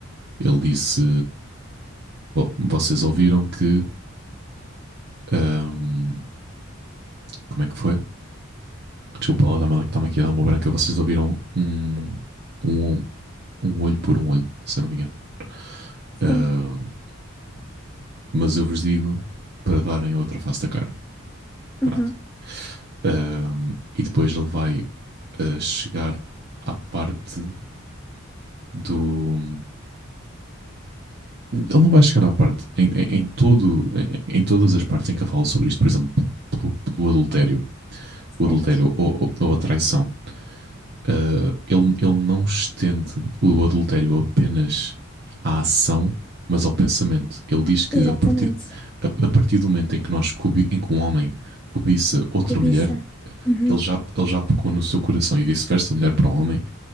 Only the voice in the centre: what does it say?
Sim.
Uhum.
Certo.
Exatamente.
Cobiça.
Uhum.